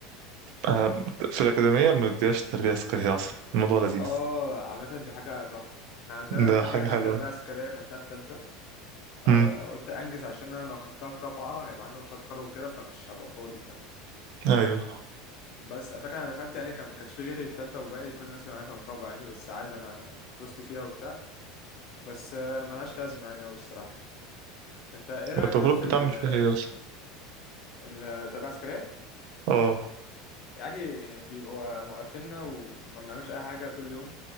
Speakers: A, on the right (about 55°); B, on the left (about 50°).
A: آه، في الأكاديمية ما بتديهاش تربية عسكرية أصلا الموضوع لذيذ
B: اه عامة دي حاجة تحفة احنا عندنا
A: ده
B: انا فاكر
A: حاجة
B: انا خدت
A: حلوة
B: تربية عسكرية خدتها في تالتة آه
A: امم
B: قلت انجز عشان انا لو خدتها في رابعة هيبقى عندي مشروع تخرج وكده فمش هبقى فاضي فاهم
A: أيوه
B: بس أنا فاكر انا دخلت يعني كان ما كانش في غيري في تالتة وباقي كل الناس اللي معايا كانوا في رابعة يعني بس عادي انا دوست فيها وبتاع بس آه ملهاش لازمة يعني أوي الصراحة انت ايه رأيك
A: وأنت المفروض
B: طب في
A: بتعمل
B: ال-
A: فيها إيه أصلا
B: ال- التربية العسكرية؟
A: اه
B: يعني بيبقوا موقفيننا وما بنعملش اي حاجة طول اليوم